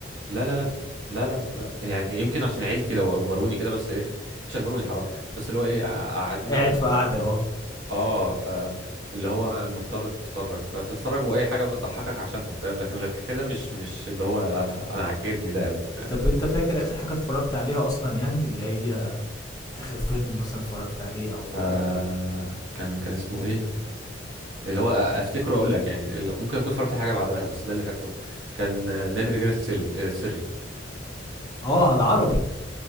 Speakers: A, on the right; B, on the left.
A: لا لا لا لا لا لا يعني يمكن عشان عيلتي لو اجبروني كده بس إيه مش اجبروني حرام بس اللي هو ايه قع- قعدنا
B: قاعد
A: و...
B: في قعدة
A: و...
B: اه
A: اه ف اللي هو مضطر تتفرج فبتتفرج واي حاجه بتضحكك عشانهم فاهم لكن غير كده مش مش اللي هو انا عاجبني ده قوي فاهم
B: طب أنت فاكر آخر حاجة اتفرجت عليها أصلا يعني اللي هي آخر فيلم مثلا اتفرجت عليه أو
A: آه كان كان اسمه ايه اللي هو افتكره اقول لك يعني اللي- ممكن اكون اتفرجت على حاجه بعدها بس ده اللي فاكره كان آه، نادي الرجال السري آه، السري
B: اه على عربي